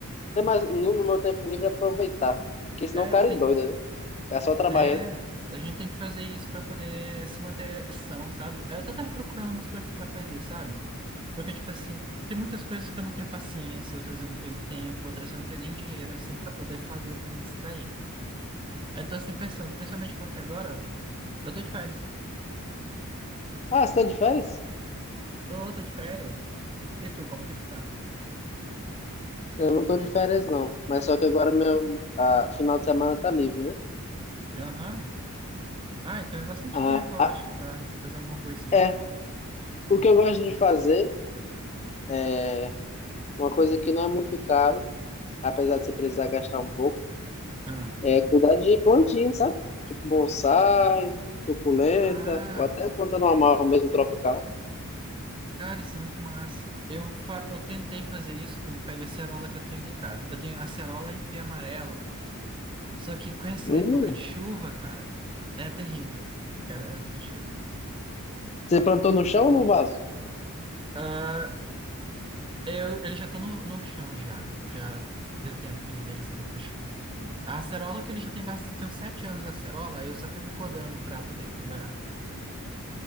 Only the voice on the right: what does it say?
é,
tem
que.
É, a gente tem que fazer isso pra poder se manter são, sabe? Eu até tava procurando umas coisas pra fazer, sabe? Porque, tipo assim, tem muitas coisas que eu não tenho paciência, outras eu não tenho tempo, outras eu não tenho nem dinheiro, assim, pra poder fazer, pra me distrair. Aí eu tô assim pensando, principalmente porque agora eu tô de férias.
Tô, tô de férias. E tu, como que tu tá?
Aham. Ah, então é bastante
tempo, eu
acho, pra fazer alguma coisinha.
Ah,
ah,
cara, isso é muito massa. Eu, fa... eu tentei fazer isso com o pé de acerola que eu tenho aqui em casa. Eu tenho acerola e pé amarelo. Só que com essa
época de chuva, cara, é terrível. É, é época de chuva.
Ah, eu, eles já estão no, no chão já. Já deu tempo de, deles irem pro chão. A acerola que ele já tem bastante, tem uns sete anos a acerola, aí eu só fico podando pra poder melhorar.